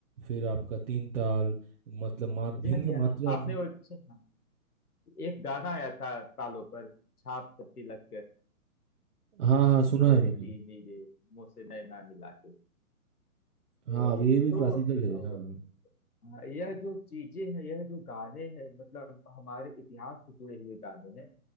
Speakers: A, on the right; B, on the left.
A: फिर आपका तीन ताल मतलब मात
B: जी
A: भिन्न
B: हाँ जी हाँ
A: मात्रा
B: आपने वो अच्छा हाँ एक गाना आया था तालों पर छाप तिलक
A: हाँ हाँ सुना
B: मोहे
A: है मैंने
B: दी नीरे मुझसे नैना मिला के तो
A: हाँ ये भी
B: तो
A: क्लासिकल
B: हाँ,
A: है हाँ
B: यह जो चीजें हैं यह जो गाने हैं मतलब हमारे इतिहास से जुड़े हुए गाने हैं